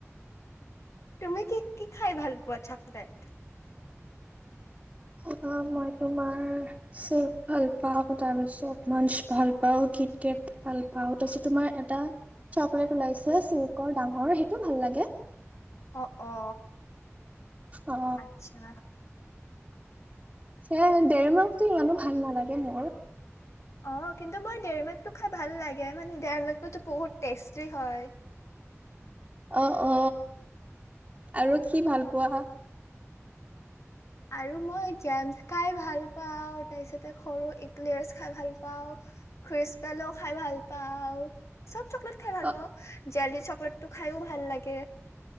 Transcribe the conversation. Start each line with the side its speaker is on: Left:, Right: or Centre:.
Left: তুমি কি কি খাই ভাল পোৱা চকলেট?
Right: অ অ মই তোমাৰ চিল্ক ভাল পাও তাৰপিছত মাঞ্চ ভাল পাওঁ কিট কেট ভাল পাওঁ তাৰপিছত তোমাৰ এটা চকলেট ওলাইছে চিল্কৰ ডাঙৰ সেইটো ভাল লাগে।
Left: অ অ
Right: অ
Left: আচ্ছা
Right: সে দেৰিমালকটো ইমানো ভাল নালাগে মোৰ।
Left: অ কিন্তু মই দেৰি মাকটো খাই ভাল লাগে মানে দেৰি মাকটো বহুত টেষ্টি হয়
Right: অ অ আৰু কি ভাল পোৱা?
Left: আৰু মই জেমছ খাই ভাল পাওঁ তাৰ পিছতে সৰু ইকলেয়াৰছ খাই ভাল পাওঁ খ্ৰীচপেলো খাই ভাল পাওঁ চব। চকলেট খাই ভাল
Right: অ
Left: পাওঁ জেলী চকলেট টো খাইও ভাল লাগে।